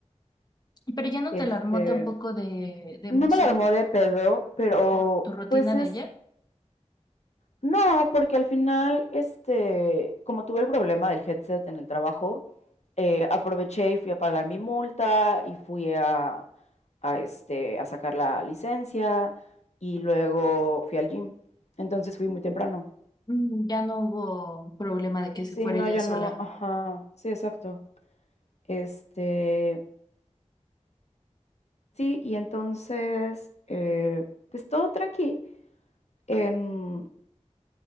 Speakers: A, on the left (about 35°); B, on the left (about 65°).
A: pero
B: <clears throat>
A: ya no
B: este,
A: te alarmó tampoco de, de emoción
B: no me la armó de pedo,
A: por,
B: pero
A: por tu rutina
B: pues es...
A: de ayer.
B: No, porque al final, este, como tuve el problema del headset en el trabajo, eh, aproveché y fui a pagar mi multa y fui a, a, este, a sacar la licencia y luego fui al gym. Entonces fui muy temprano.
A: Mm, Ya no hubo problema de que
B: Sí,
A: se fuera
B: no,
A: ella
B: yo
A: sola.
B: no, ajá, sí, exacto. Este, sí, y entonces, eh, pues todo tranqui. Em,